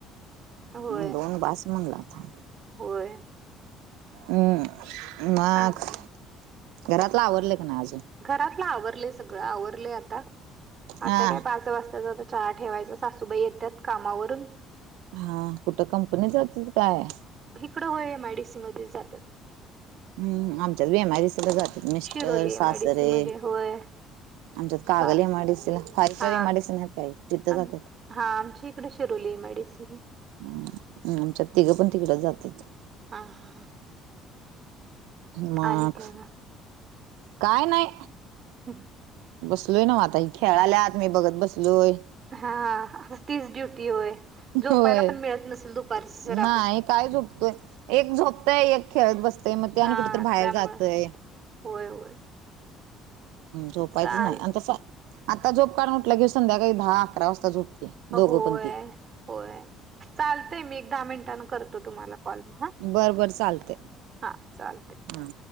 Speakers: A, on the right; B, on the right.
A: होय
B: दोन बास म्हणला आता
A: होय
B: हम् मग
A: आणि काय
B: घरातलं आवरडले का ना आजून
A: घरातलं आवरले सगळं आवरले आता
B: हा
A: आता काय पाच वाजता चहा ठेवायचा सासूबाई येतात कामावरून
B: हा कुठं कंपनी जात काय
A: इिकडं व मॅडिसीमध्येध्ये जातात
B: हम्म आमच्याच बेमारीसध जातात mister
A: Shiroli
B: सासरे
A: M I D C मध्ये होय
B: आमच्यात कागल
A: चा
B: एमआयडीसीला फाय स्टार
A: हा
B: एमआरडीिसी आहेत काय तिथं
A: आम
B: जातात
A: हा आमची इकडे शिरोली एमयडीसी हे
B: हमम आमच्यात तिघं पण तिकडं जातेच
A: हा हा हा.
B: माघ
A: आणि काय मग
B: काय नाही
A: हम्
B: बसलोय ना म आता ह खेळाल्या आत मी बघत बसलोय
A: हा तीच ड्य झोपायला
B: होय
A: पण मिळत नसेल दुपार जर
B: नाही
A: आपण
B: काय झोपतोय एक झोपतंय एक खेळत बसतय मग ते आणि
A: हा
B: कुठेत बाहेर
A: त्यामुळे
B: जातय
A: होय होय
B: झोपायचं
A: चाल
B: नाही आणि तस आता झोप का्ड म्हटलं के संध्याकाळी दहा अकरा वाजता झोपते दोघं
A: होय
B: पण ती
A: होय चालतय मी एक दहा मिनटांने करतो तुम्हाला कॉल मग हा
B: बरं बर चालते
A: हा चालतय.
B: हा